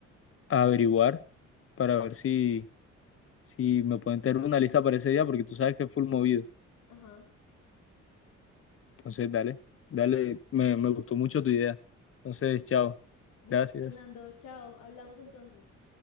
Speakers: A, on the left; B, on the left.
A: a averiguar para ver si, si me pueden tener una lista para ese día, porque tú sabes que es full movido.
B: Ajá.
A: Entonces, dale, dale, me, me gustó mucho tu idea. Entonces, chao,
B: Listo,
A: gracias.
B: Fernando. Chao. Hablamos entonces.